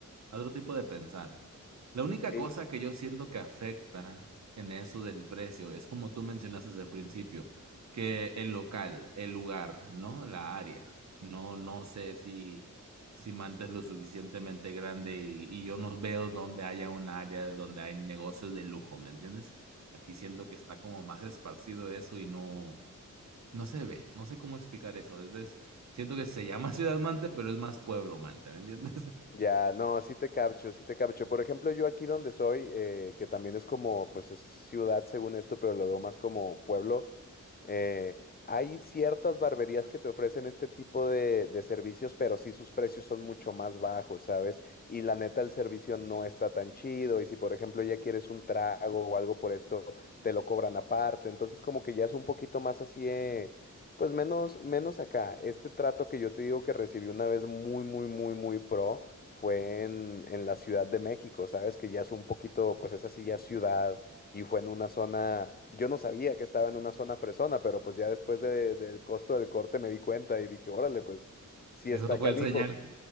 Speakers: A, on the right (about 55°); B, on the left (about 30°).
A: a otro tipo de pensar. La única
B: Sí,
A: cosa que yo siento que afecta en eso del precio es como tú mencionaste desde el principio, que el local, el lugar, ¿no? La área. No, no sé si, si Manta es lo suficientemente grande y, y yo no veo donde haya un área de donde hay negocios de lujo, ¿me entiendes? Aquí siento que está como más esparcido eso y no, no se ve. No sé cómo explicar eso. Entonces, siento que se llama <laughs> Ciudad Mante, pero es más Pueblo Mante, ¿me entiendes? <laughs>
B: Ya, no, sí te capcho, sí te capcho. Por ejemplo, yo aquí donde soy, eh, que también es como, pues es ciudad según esto, pero lo veo más como pueblo, eh, hay ciertas barberías que te ofrecen este tipo de, de servicios, pero sí sus precios son mucho más bajos, ¿sabes? Y la neta, el servicio no está tan chido. Y si, por ejemplo, ya quieres un trago o algo por esto, te lo cobran aparte. Entonces, como que ya es un poquito más así, eh, pues menos, menos acá. Este trato que yo te digo que recibí una vez muy, muy, muy, muy pro fue en, en la Ciudad de México, ¿sabes? Que ya es un poquito, pues es así ya es ciudad y fue en una zona, yo no sabía que estaba en una zona fresona, pero pues ya después de- del costo del corte me di cuenta y dije, órale, pues sí
A: Eso
B: está
A: fue
B: canijo.
A: el señal.